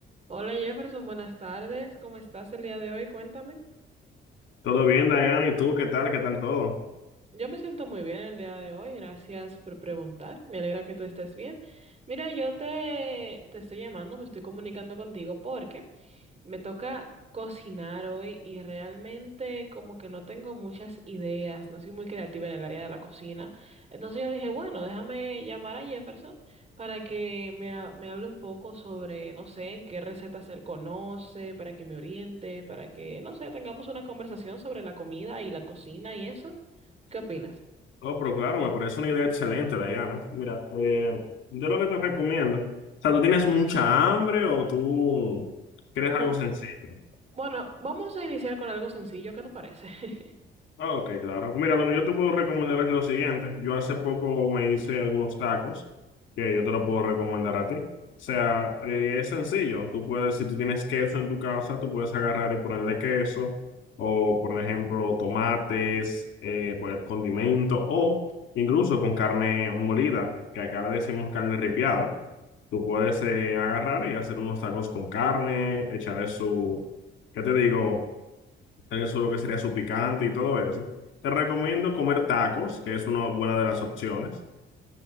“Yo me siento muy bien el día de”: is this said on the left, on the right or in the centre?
Right